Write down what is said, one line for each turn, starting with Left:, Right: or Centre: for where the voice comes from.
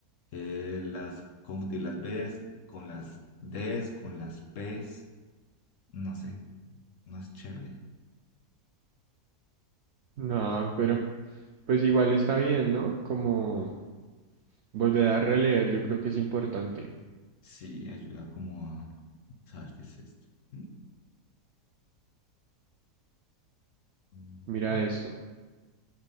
Left: eh, las, confundir las Bs con las Ds, con las Ps, no sé, no es chévere.
Right: no, pero pues igual está bien, ¿no? Como volver a releer, yo creo que es importante.
Left: Sí, ayuda como a saber qué es esto. Mm, mm,
Right: Mira esto.